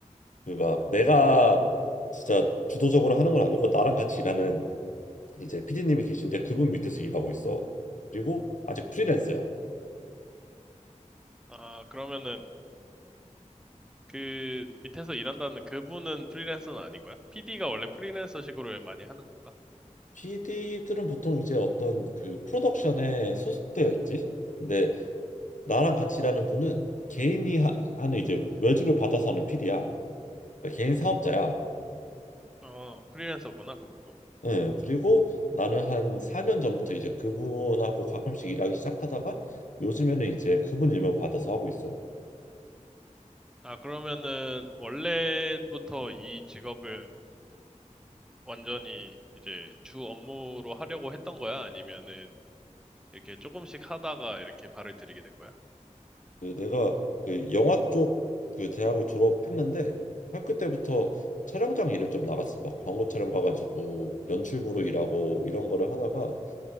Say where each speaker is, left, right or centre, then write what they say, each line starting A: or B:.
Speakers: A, on the left; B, in the centre.
A: 그 막 내가 진짜 주도적으로 하는 건 아니고 나랑 같이 일하는 이제 PD님이 계신데 그분 밑에서 일하고 있어 그리고 아직 프리랜서야
B: 아, 그러면은 그 밑에서 일한다는 그분은 프리랜서는 아닌 거야? PD가 원래 프리랜서식으로 많이 하는 건가?
A: PD들은 보통 이제 어떤 그 프로덕션에 소속되어 있지. 근데 나랑 같이 일하는 분은 개인이 하, 하는 이제 외주를 받아서 하는 PD야. 개인 사업자야.
B: 어, 프리랜서구나, 그분도.
A: 응. 그리고 나는 한 4년 전부터 이제 그분하고 가끔씩 일하기 시작하다가 요즘에는 이제 그분 일만 받아서 하고 있어.
B: 아, 그러면은 원래부터 이 직업을 완전히 이제 주 업무로 하려고 했던 거야? 아니면은 이렇게 조금씩 하다가 이렇게 발을 들이게 된 거야?
A: 그 내가 그 영화 쪽 그 대학을 졸업했는데 학교 때부터 촬영장 일을 좀 나갔어. 막 광고 촬영 가가지고 연출부로 일하고 이런 거를 하다가